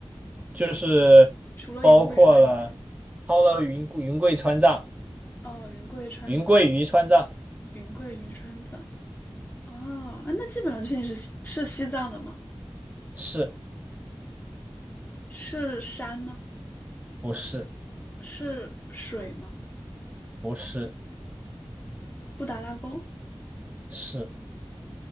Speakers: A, on the right; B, on the left.
A: 就是包括了抛了云贵云贵川藏，
B: 除了云贵川渝，哦，云贵川，
A: 云贵渝川藏
B: 云贵渝川藏。哦，啊，那基本上确定是西是西藏的吗？
A: 是
B: 是山吗？
A: 不是
B: 是水吗？
A: 不是
B: 布达拉宫？
A: 是